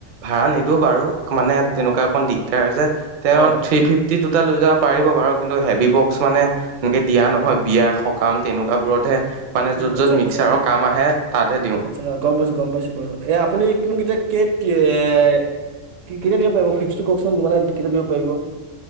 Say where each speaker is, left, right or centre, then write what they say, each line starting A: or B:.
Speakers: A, on the right; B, on the right.
A: ভাড়া নিদিওঁ বাৰু মানে তেনেকুৱা অকণ দিগদাৰ যে। তেওঁ
B: অ
A: থ্ৰী ফিফটি দুটা লৈ যা পাৰিব বাৰু কিন্তু হেভি বক্স মানে এনেকে দিয়া নহয় বিয়া সকাম তেনেকুৱাাবোৰতহে মানে
B: উম
A: য'ত-য'ত
B: আচ্ছা
A: মিক্সাৰৰ
B: আচ্ছা
A: কাম আহে, তাতহে দিওঁ।
B: আচ্ছা গম পাইছো-গম পাইছো বাৰু এ আপুনি কিতিয়া কে এ কেতিয়া দিব পাৰিব? ফিক্সটো কওকচোন মানে কটাাপ দিব পাৰিব?